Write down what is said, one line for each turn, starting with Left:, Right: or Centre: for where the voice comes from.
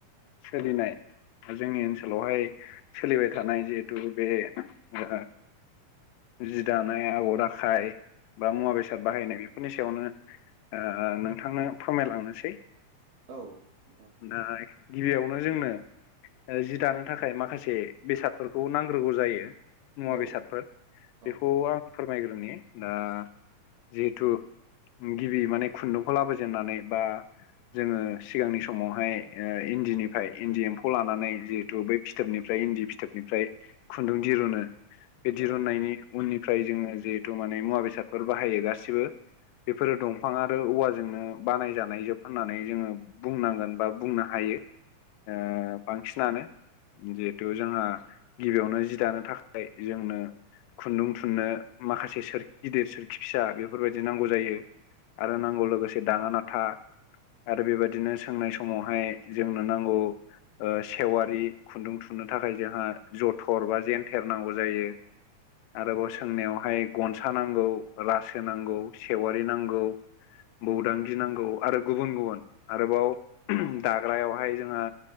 Left: सोलिनाय जोंनि ओनसोलावहाय सोलिबाय थानाय जिहेथु बे ओ जि दानाय आगर आखाय बा मुवा-बेसाद बाहायनाय बेफोरनि सायावनो ओ नोंथांनो फोरमायलांनोसै।
Right: औ नोंथां
Left: दा गिबियावनो जोंनो जि दानो थाखाय माखासे बेसादफोरखौ नांग्रोगौ जायो। मुवा
Right: औ
Left: बेसादफोर
Right: औ
Left: बेखौ आं फोरमायग्रोनि दा जिहेथु गिबि माने खुन्दुंखौ लाबोजेननानै बा जोङो सिगांनि समावहाय ओ इन्दिनिफ्राय इन्दि एम्फौ लानानै जिहेथु बै- फिथोबनिफ्राय इन्दि फिथोबनिफ्राय खुन्दुं दिरुनो बे दिरुननायनि
Right: औ
Left: उननिफ्राय जोङो जिहेथु माने मुवा बेसादफोर बाहायो गासिबो। बेफोरो दंफां आरो औवाजोंनो बानायजानाय जोब होननानै जोङो बुंनांगोन बा बुंनो हायो। ओ बांसिनानो जिहेथु जोंहा गिबियावनो जि दानो थाखाय जोंनो खुन्दुं थुननो माखासे सोरखि गिदिर सोर- खि फिसा बेफोरबायदि नांगौ जायो आरो नांगौ लोगोसे दाङा नाथा आरो बेबायदिनो सोंनाय समावहाय जोंनो नांगौ सेवारि खुन्दुं थुननो थाखाय जोंहा जथर बा जेनथेर नांगौ जायो। आरोबाव
Right: औ
Left: सोंनायावहाय गनसा नांगौ, रासो नांगौ, सेवारि नांगौ। बौदांगि नांगौ आरो गुबुन गुबुन। आरोबाव दाग्रायावहाय जोंहा